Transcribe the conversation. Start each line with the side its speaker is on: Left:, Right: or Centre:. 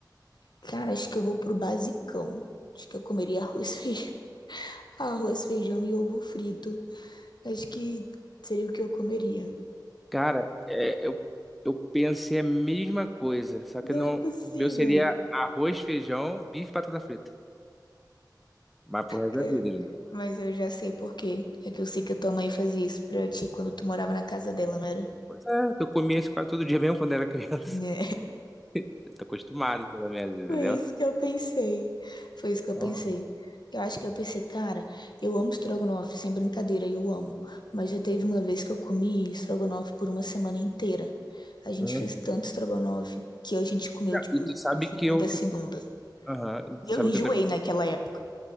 Left: cara, acho que eu vou pro basicão. Acho que eu comeria arroz, <laughs> feijão, arroz, feijão e ovo frito. Acho que seria o que eu comeria.
Centre: Cara, é, eu, eu pensei a mesma coisa, só
Left: Não
Centre: que não,
Left: é possível,
Centre: o meu seria arroz, feijão, bife e batata frita. Mas pro resto
Left: cara.
Centre: da vida, entendeu?
Left: Mas eu já sei por quê. É que eu sei que a tua mãe fazia isso pra ti quando tu morava na casa dela, não era?
Centre: Pois é, eu comia isso quase todo dia mesmo quando era criança.
Left: Né?
Centre: <laughs> Eu tô acostumado, pelo menos, entendeu?
Left: Foi isso que eu pensei. Foi isso que eu pensei.
Centre: Aham,
Left: Eu acho que eu pensei, cara, eu amo estrogonofe, sem brincadeira, eu amo. Mas já teve uma vez que eu comi estrogonofe por uma semana inteira. A gente
Centre: aham.
Left: fez tanto estrogonofe que a gente comeu,
Centre: Não,
Left: tipo,
Centre: e tu sabe
Left: de segunda
Centre: que eu,
Left: a
Centre: tipo,
Left: segunda.
Centre: aham, e tu
Left: E
Centre: sabe
Left: eu enjoei
Centre: que eu também amo,
Left: naquela época.